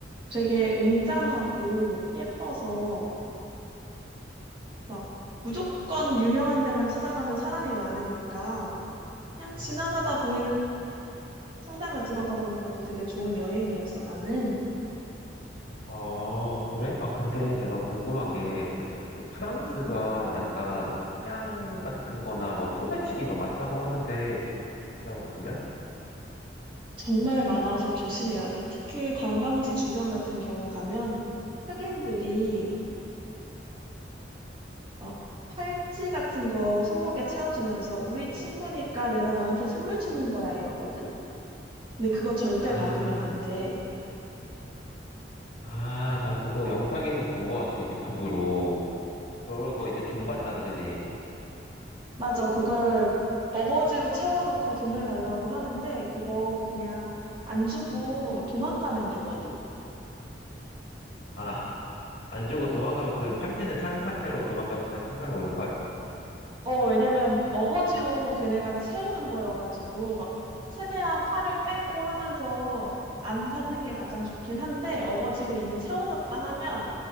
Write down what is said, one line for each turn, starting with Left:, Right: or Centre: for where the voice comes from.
Right: 되게 웅장하고 예뻐서 막 무조건 유명한 데만 찾아가면 사람이 많으니까 그냥
Left: 음.
Right: 지나가다 보이는 성당을 들어가 보는 것도 되게 좋은 여행이었어, 나는.
Left: 아, 그래? 아, 근데 내가 궁금한 게, 프랑스가
Right: 음,
Left: 약간 치안 같은 거나 막 소매치기가 많다고 하는데, 진짜로 그래?
Right: 정말 많아서 조심해야 돼. 특히 관광지 주변 같은 경우 가면 흑인들이 막 팔찌 같은 거 손목에 채워주면서 우리 친구니까 내가 너한테 선물 주는 거야 이러거든? 근데 그거 절대
Left: 아,
Right: 받으면 안 돼.
Left: 아, 나 그거 영상에서 본 거 같아, 유튜브로. 그러고 이제 돈 받잖아, 그지?
Right: 맞아, 그걸 어거지로 채워놓고 돈을 달라고 하는데 그거 그냥 안 주고 도망가면 되거든?
Left: 아, 안 주고 도망가면 그 팔찌는 찬 상태로 도망가도 상- 상관이 없는 거야?
Right: 어, 왜냐면 어거지로 걔네가 채우는 거여가지고 막 최대한 팔을 빼고 하면서 안 받는 게 가장 좋긴 한데 어거지로 이미 채워졌다 하면